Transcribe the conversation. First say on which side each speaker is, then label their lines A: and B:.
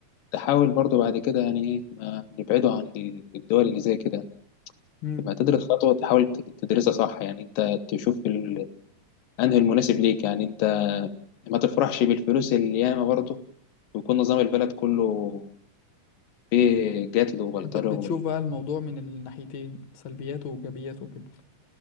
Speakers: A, on the left; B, on the left.
A: تحاول برضه بعد كده يعني ايه ما نبعده عن ال- الدول اللي زي كده
B: مم.
A: لما تدرس خطوة تحاول ت- تدرسها صح يعني انت تشوف ال- انهي المناسب ليك يعني انت ما تفرحش بالفلوس اللي ياما برضه ويكون نظام البلد كله في جاتلو وبلطرة
B: أنت بتشوف
A: وال...
B: بقى الموضوع من الناحيتين سلبياته وإيجابياته وكده